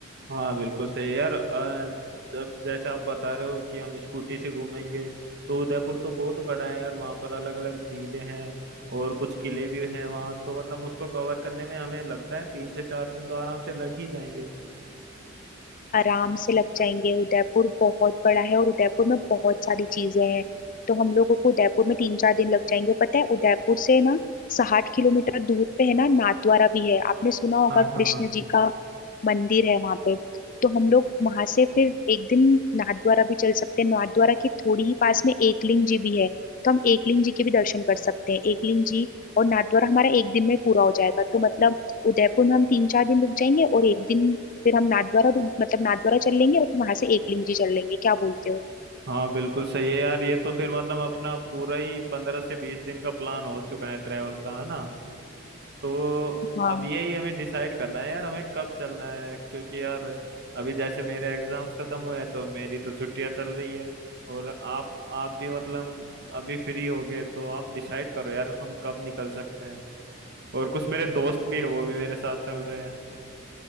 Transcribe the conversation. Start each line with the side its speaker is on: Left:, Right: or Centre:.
Right: हाँ बिल्कुल सही है यार अ, जब जैसे आप बता रहे हो कि हम स्कूटी से घूमेंगे तो उदयपुर तो बहुत बड़ा है यार वहाँ पर अलग अलग झीलें हैं और कुछ किले भी हैं वहाँ तो मतलब उसको कवर करने में हमें लगता है तीन से चार दिन तो आराम से लग ही जाएंगे
Left: आराम से लग जाएंगे उदयपुर बहुत बड़ा है और उदयपुर में बहुत सारी चीजें हैं तो हम लोगों को उदयपुर में तीन चार दिन लग जाएंगे पता है उदयपुर से ना साठ किलोमीटर दूर पे है ना नाथद्वारा भी है आपने सुना होगा
Right: हाँ
Left: कृष्ण
Right: हाँ
Left: जी का मंदिर है वहां पे तो हम लोग वहां से फिर एक दिन नाथद्वारा भी चल सकते हैं नाथद्वारा के थोड़ी ही पास में एकलिंग जी भी है तो हम एकलिंग जी के भी दर्शन कर सकते हैं एकलिंग जी और नाथद्वारा हमारा एक दिन में पूरा हो जाएगा तो मतलब उदयपुर में हम तीन चार दिन रुक जाएंगे और एक दिन फिर हम नाथद्वारा मतलब नाथद्वारा चल लेंगे और वहां से एकलिंग जी चल लेंगे क्या बोलते हो
Right: हाँ बिल्कुल सही है यार ये तो फिर मतलब अपना पूरा ही पंद्रह से बीस दिन का प्लान हो चुका है ट्रैवल का है ना तो
Left: हाँ
Right: अब यही हमें डिसाइड करना है यार हमें कब चलना है क्योंकि यार अभी जैसे मेरे एग्जाम्स खत्म हुए हैं तो मेरी तो छुट्टियां चल रही है और आप आप भी मतलब अभी फ्री हो गए तो आप डिसाइड करो यार हम कब निकल सकते हैं और कुछ मेरे दोस्त भी है वो भी मेरे साथ चल रहे हैं